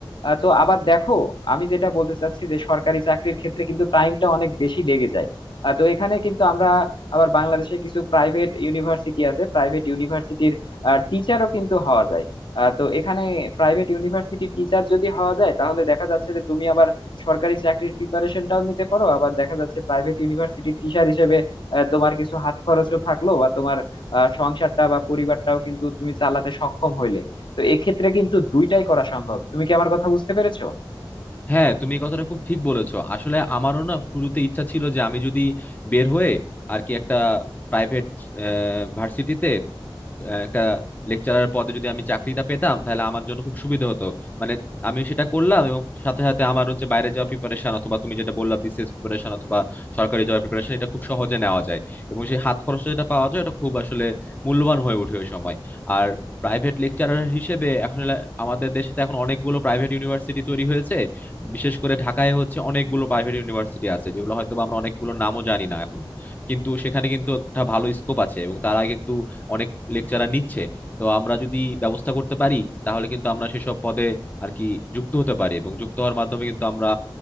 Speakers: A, on the left; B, on the left.
A: আহ, তো আবার দেখো আমি যেটা বলতে চাচ্ছি যে সরকারি চাকরির ক্ষেত্রে কিন্তু টাইমটা অনেক বেশি লেগে যায় আহ, তো এখানে কিন্তু আমরা আবার বাংলাদেশে কিছু প্রাইভেট ইউনিভার্সিটি আছে প্রাইভেট ইউনিভার্সিটির টিচারও কিন্তু হওয়া যায় আহ, তো এখানে প্রাইভেট ইউনিভার্সিটির টিচার যদি হওয়া যায় তাহলে দেখা যাচ্ছে যে তুমি আবার সরকারি চাকরির প্রিপারেশনটাও নিতে পারো আবার দেখা যাচ্ছে প্রাইভেট ইউনিভার্সিটির টিচার হিসেবে আহ, তোমার কিছু হাত খরচও থাকলো বা তোমার আহ, সংসারটা বা পরিবারটাও কিন্তু তুমি চালাতে সক্ষম হইলে তো এক্ষেত্রে কিন্তু দুইটাই করা সম্ভব তুমি কি আমার কথা বুঝতে পেরেছো
B: হ্যাঁ তুমি এই কথাটা খুব ঠিক বলেছো আসলে আমারও না শুরুতে ইচ্ছা ছিল যে আমি যদি বের হয়ে আর কি একটা প্রাইভেট ভার্সিটিতে আহ, একটা লেকচারার পদে যদি আমি চাকরিটা পেতাম তাহলে আমার জন্য খুব সুবিধা হতো মানে আমি সেটা করলাম এবং সাথে সাথে আমার হচ্ছে বাইরে যাওয়া প্রিপারেশন অথবা তুমি যেটা বললা বিসিএস প্রিপারেশন অথবা সরকারি জব প্রিপারেশন এটা খুব সহজে নেওয়া যায় এবং সেই হাত খরচটা যেটা পাওয়া যায় এটা খুব আসলে মূল্যবান হয়ে ওঠে ওই সময় আর প্রাইভেট লেকচারার হিসেবে এখন এলা- আমাদের দেশে তো এখন অনেকগুলো প্রাইভেট ইউনিভার্সিটি তৈরি হয়েছে বিশেষ করে ঢাকায় হচ্ছে অনেকগুলো প্রাইভেট ইউনিভার্সিটি আছে যেগুলো হয়তো বা আমরা অনেকগুলো নামও জানি না এখনো কিন্তু সেখানে কিন্তু একটা ভালো স্কোপ আছে এবং তারা কিন্তু অনেক লেকচারার নিচ্ছে তো আমরা যদি ব্যবস্থা করতে পারি তাহলে কিন্তু আমরা সেসব পদে আর কি যুক্ত হতে পারি এবং যুক্ত হওয়ার মাধ্যমে কিন্তু আমরা